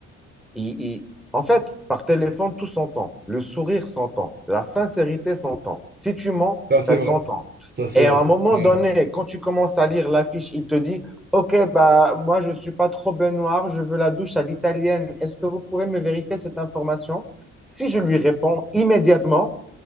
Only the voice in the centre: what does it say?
il- il- En fait, par téléphone, tout s'entend. Le sourire s'entend. La sincérité s'entend. Si tu mens,
ça
s'entend.
Et
à un moment
donné, quand tu commences à lire l'affiche, il te dit, OK, bah, moi, je ne suis pas trop ben noir, je veux la douche à l'italienne. Est-ce que vous pouvez me vérifier cette information? Si je lui réponds immédiatement,